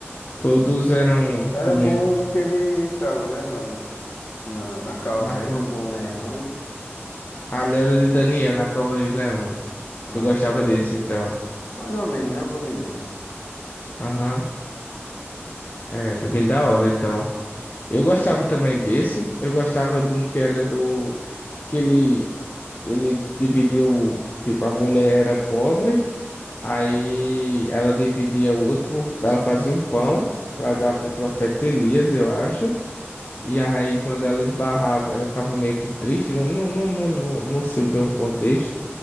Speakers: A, on the left; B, on the left.
A: Todos eram
B: Era
A: do mesmo...
B: bom que ele entrava, né? Na, na, na, na caverna
A: Lá fora.
B: com o leão.
A: A Leora de Daniel, na Cova dos Leões.
B: Pronto.
A: Tu gostava
B: né?
A: desse, então.
B: Mais ou menos, né? O que eu me lembro.
A: Aham. É, bem da hora, então. Eu gostava também desse. Eu gostava de um que era do. Que ele, ele dividiu. Tipo, a mulher era pobre. Aí ela dividia o outro. Ela fazia um pão pra dar pro profeta Elias, eu acho. E aí, quando ela esbarrava, ela ficava meio que triste. Não, não, não, não, não, não sei bem o contexto.